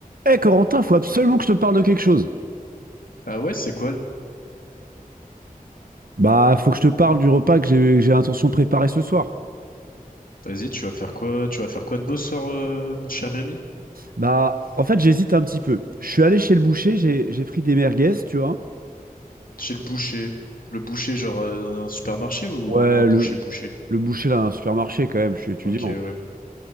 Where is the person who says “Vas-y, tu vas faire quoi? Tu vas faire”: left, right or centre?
Left